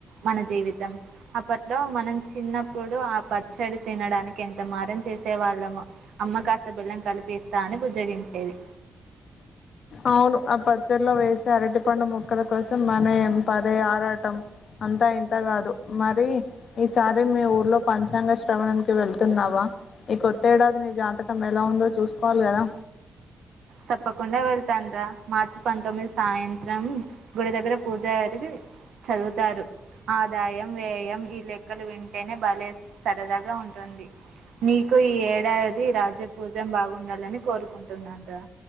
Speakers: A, on the right; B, on the left.
A: మన జీవితం అప్పట్లో మనం చిన్నప్పుడు ఆ పచ్చడి తినడానికి ఎంత మారం చేసేవాళ్ళమో అమ్మ కాస్త బెల్లం కలిపిస్తా అని బుజ్జగించేది
B: అవును ఆ పచ్చడ్లో వేసే అరటి పండు ముక్కల కోసం మన యం పరే ఆరాటం అంతా ఇంతా కాదు మరి ఈసారి మీ ఊర్లో పంచాంగ శ్రవణం కి వెళ్తున్నావా ఈ కొత్త ఏడాది నీ జాతకం ఎలా ఉందో చూసుకోవాలి కదా
A: తప్పకుండా వెళ్తాను రా మార్చి పంతొమ్మిది సాయంత్రం గుడి దగ్గర పూజారి జి చదువుతారు ఆదాయం వ్యయం ఈ లెక్కలు వింటేనే భలే సరదాగా ఉంటుంది నీకు ఈ ఏడాది రాజపూజ్యం బాగుండాలని కోరుకుంటున్నాను రా